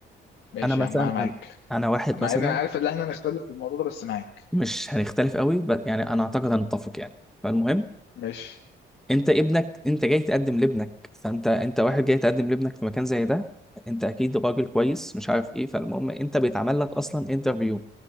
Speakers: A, on the left; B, in the centre.
A: ماشي
B: انا مثلا
A: يا عم انا معاك
B: انا أنا واحد
A: مع
B: مثلا
A: ان انا عارف ان احنا هنختلف في الموضوع ده بس معاك
B: مش هنختلف قوي بس يعني انا اعتقد هنتفق يعني فالمهم
A: ماشي
B: انت ابنك انت جاي تقدم لابنك فانت انت واحد جاي تقدم لابنك في مكان زي ده انت اكيد راجل كويس مش عارف ايه فالمهم انت بيتعمل لك اصلا انترفيو